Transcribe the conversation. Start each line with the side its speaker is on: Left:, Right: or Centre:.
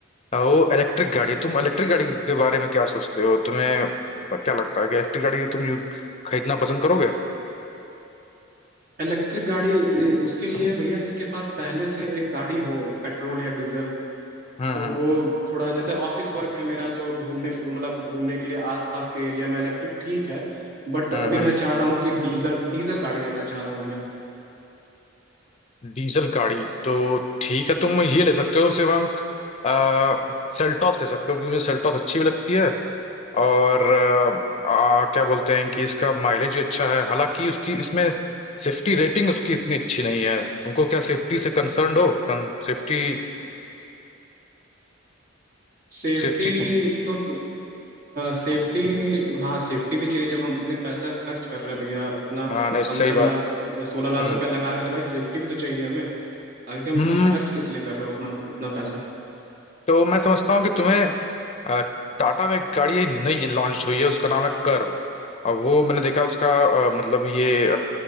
Left: अ, वो इलेक्ट्रिक गाड़ी है। तुम इलेक्ट्रिक गाड़ी के बारे में क्या सोचते हो तुम्हें क्या लगता है कि इलेक्ट्रिक गाड़ी तुम यू- खरीदना पसंद करोगे
Right: इलेक्ट्रिक गाड़ी ए, उसके लिए है भैया जिसके पास पहले से एक गाड़ी हो पेट्रोल या डीजल
Left: हम्म
Right: तो
Left: हम्म
Right: वो थोड़ा जैसे ऑफिस वर्क है मेरा तो घूमने मतलब घूमने के लिए आसपास के एरिया में इलेक्ट्रिक ठीक है बट
Left: हम्म
Right: अभी
Left: हम्म।
Right: मैं चाह रहा हूँ कि डीजल डीजल गाड़ी लेना चाह रहा हूँ भैया
Left: डीजल गाड़ी तो ठीक है तुम ये ले सकते हो शिवांक आ, सेल्टॉस ले सकते हो क्योंकि मुझे सेल्टॉस अच्छी भी लगती है और अ, आ, क्या बोलते हैं कि इसका माइलेज भी अच्छा है हालांकि उसकी इसमें सेफ्टी रेटिंग उसकी इतनी अच्छी नहीं है तुमको क्या सेफ्टी से कंसर्न्ड हो कन, सेफ्टी
Right: सेफ्टी
Left: सेफ्टी
Right: तो सेफ्टी हाँ सेफ्टी भी चाहिए जब हम अपने पैसा खर्च कर रहे हैं भैया उतना
Left: हाँ नहीं सही
Right: पंद्रह
Left: बात
Right: लाख सोलह लाख
Left: हम्म
Right: रुपया लगा रहे हैं तो भाई सेफ्टी भी तो चाहिए हमें आगे हम
Left: हम्म,
Right: खर्च किस लिए कर रहे हैं उतना उतना पैसा
Left: तो मैं समझता हूँ कि तुम्हें अ, टाटा में एक गाड़ी ये नई लॉन्च हुई है उसका नाम है कर्व और वो मैंने देखा उसका अ, मतलब ये